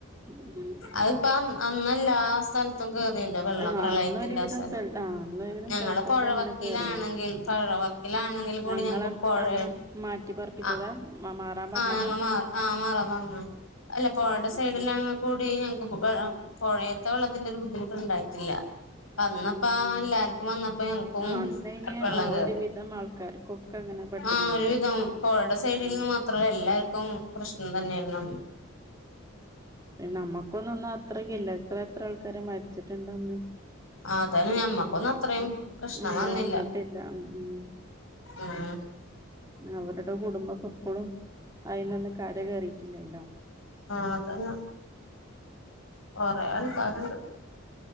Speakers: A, on the right (about 15°); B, on the left (about 85°).
A: ഉം
B: അതിപ്പ അന്നല്ല ആ സ്ഥല ത്തും കേറില്ലെ വെള്ളം
A: ആഹ്
B: പ്രളയത്തിന്റെ
A: അന്നൊരുവിധം
B: അവസാനം
A: സ്ഥല ആഹ് അന്നൊരുവിധം
B: ഞങ്ങള്
A: സ്ഥലത്തൊക്കെ
B: പുഴവക്കീലാണെങ്കിൽ
A: അങ്ങനെ കേറീന്
B: പുഴ ക്കിലാണെങ്കിൽ കൂടി
A: ആഹ് ഇങ്ങളെ
B: ഞങ്ങക്ക് പോഴ
A: അവിടുന്ന് മാറ്റി പാർപ്പിച്ചതാ
B: ആ
A: മാറാൻ പറഞ്ഞതാ
B: ആഹ് ഞ മാറ ആ മാറാം പറഞ്ഞ് അല്ല പുഴയുടെ
A: അത്
B: സൈഡ്ലാ
A: ശരി
B: കൂടി ഞങ്ങക്ക് പുഴേത്ത വെള്ളത്തിന്റെ ഒരു ബുദ്ധിമുട്ട് ഉണ്ടായിട്ടില്ല വന്നപ്പ
A: ഉം ഉം
B: എല്ലാർക്കും വന്നപ്പോ ഞങ്ങക്കും
A: ആഹ് അന്നയ്ന്
B: വെള്ളം
A: ആഹ്
B: കേറി
A: ഒരുവിധം ആൾക്കാർക്കൊക്കെ അങ്ങനെ പെട്ട്ക്കണല്ലോ
B: ആഹ് ഒരുവിധം പുഴയുടെ സൈഡിൽ നിന്ന്
A: ഉം
B: മാത്രല്ല എല്ലാർക്കും പ്രശ്നം തന്നെയ ന
A: പി നമ്മക്കൊന്ന ഒന്നും അത്രക്ക ഇല്ല ഇത്ര എത്ര ആൾക്കാരെ മരിച്ചിട്ടുണ്ടന്ന്
B: ആതെ ഞമ്മക്കൊന്നും അത്രയും
A: ഉം
B: പ്രശ്നം
A: ഇല്ല
B: വന്നില്ല
A: വന്നിട്ടില്ല ഉം ഉം
B: ഉം
A: അവരുടെ കുടുംബക്കെ ഇപ്പൊഴും അയിന്നൊന്ന് കര കയറിയിട്ടില്ലല്ലോ
B: ആഹ അതന്നാ കൊറെ ആൾക്കാരുണ്ട്